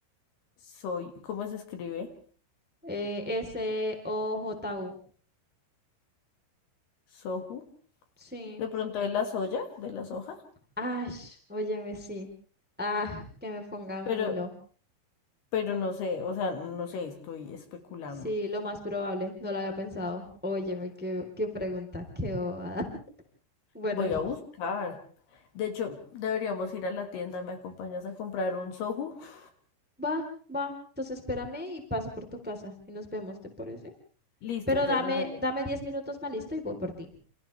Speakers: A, on the left; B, in the centre.
A: Soy, ¿cómo se escribe?
B: Eh, S-O-J-U.
A: Soju.
B: Sí.
A: De pronto de la soya, de la soja.
B: Ash, óyeme, sí. Ah, que me pongan
A: Pero,
B: uno.
A: pero no sé, o sea, no sé, estoy especulando.
B: Sí, lo más probable, no lo había pensado. Óyeme, qué, qué pregunta, qué bobada. <laughs> Bueno,
A: Voy a buscar. De hecho, deberíamos ir a la tienda. ¿Me acompañas a comprar un soju? <laughs>
B: va, va. Entonces espérame y paso por tu casa y nos vemos, ¿te parece?
A: Listo,
B: Pero
A: ya
B: dame,
A: nos vemos.
B: dame 10 minutos más listo y voy por ti.